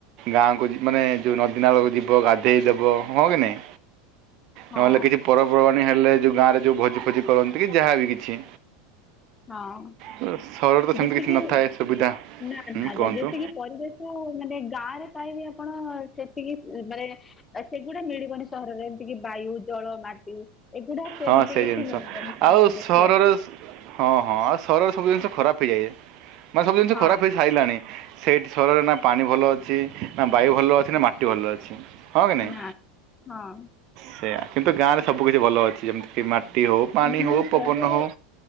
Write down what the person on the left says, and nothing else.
ହଁ
ହଁ
ଯେତିକି
ନା
ନା
ଯେତିକି ପରିବେଶ ମାନେ ଗାଁ ରେ ପାଇବେ ଆପଣ ସେତିକି ମାନେ ଆ ସେଗୁଡା ମିଳିବନି ସହରରେ ଏମିତି କି ବାୟୁ ଜଳ ମାଟି। ଏଗୁଡା ସେମିତି
କିଛି
ନ ମାନ ଘରେ
ଦେଖିବାକୁ।
ହଁ
ନା ହଁ
ମାନେ
ସହର